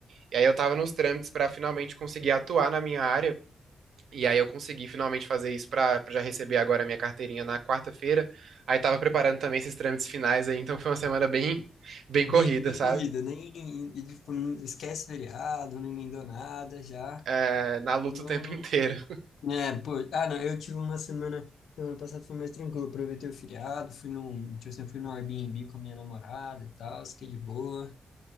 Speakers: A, on the right (about 80°); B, on the left (about 85°).
A: E aí eu tava nos trâmites pra finalmente conseguir atuar na minha área. E aí eu consegui finalmente fazer isso pra pra já receber agora a minha carteirinha na quarta-feira. Aí tava preparando também esses trâmites finais aí, então foi uma semana bem, bem corrida,
B: Bem, bem
A: sabe?
B: corrida, nem e, tipo, não esquece feriado, não emendou nada já.
A: É, na luta
B: Não,
A: o tempo <laughs> inteiro.
B: né, pô, ah, não, eu tive uma semana, semana passada foi mais tranquilo, aproveitei o feriado, fui num, tipo assim, fui no Airbnb com a minha namorada e tal, fiquei de boa.